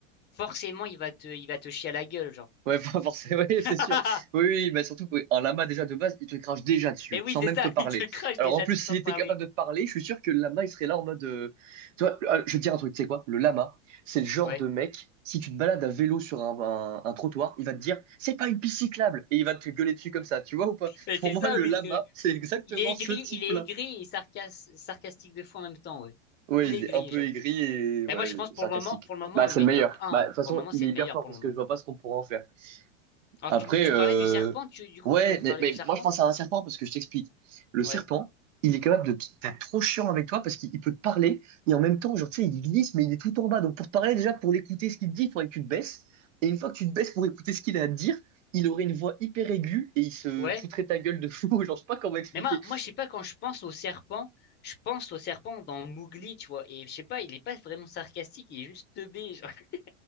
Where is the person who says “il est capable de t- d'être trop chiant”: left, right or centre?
Right